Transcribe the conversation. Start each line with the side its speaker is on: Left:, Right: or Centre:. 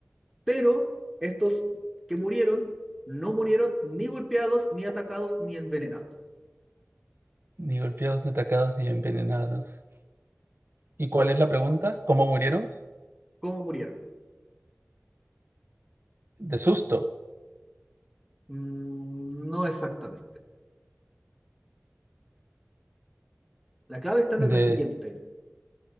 Centre: pero estos que murieron no murieron ni golpeados, ni atacados, ni envenenados.
Right: ni golpeados, ni atacados, ni envenenados. ¿Y cuál es la pregunta? ¿Cómo murieron?
Centre: ¿Cómo murieron?
Right: De susto,
Centre: Mm, No exactamente. La clave está en
Right: de
Centre: el recipiente.